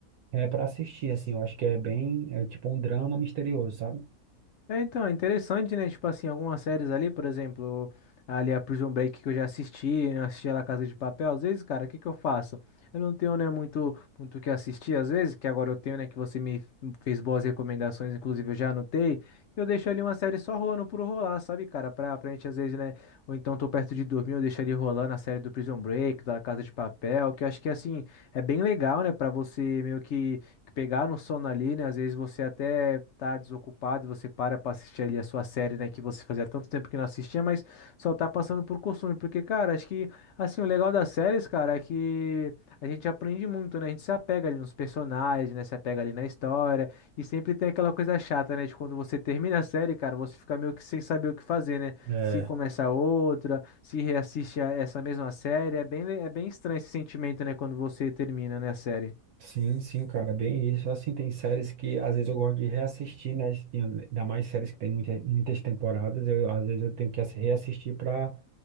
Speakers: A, on the right; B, on the left.
A: é, pra assistir, assim, eu acho que é bem, é tipo um drama misterioso, sabe?
B: É, então, é interessante, né? Tipo assim, algumas séries ali, por exemplo, ali a Prison Break que eu já assisti, eu assisti a La Casa de Papel, às vezes, cara, o que que eu faço? Eu não tenho, né, muito muito o que assistir, às vezes, que agora eu tenho, né, que você me fez boas recomendações, inclusive eu já anotei, eu deixo ali uma série só rolando por rolar, sabe, cara? Pra, pra gente, às vezes, né, ou então tô perto de dormir, eu deixo ali rolando a série do Prison Break, da La Casa de Papel, que eu acho que, assim, é bem legal, né, pra você meio que que pegar no sono ali, né? Às vezes você até tá desocupado e você para pra assistir ali a sua série, né? Que você fazia tanto tempo que não assistia, mas só tá passando por costume. Porque, cara, acho que, assim, o legal das séries, cara, é que a gente aprende muito, né? A gente se apega ali nos personagens, né? Se apega ali na história. E sempre tem aquela coisa chata, né? De quando você termina a série, cara, você fica meio que sem saber o que fazer, né?
A: É,
B: Se começa outra, se reassiste a essa mesma série. É bem, le- é bem estranho esse sentimento, né? Quando você termina, né, a série.
A: Sim, sim, cara, bem isso. Assim, tem séries que às vezes eu gosto de reassistir, né? E Ainda mais séries que tem muita- muitas temporadas, eu, às vezes eu tenho que ass- reassistir para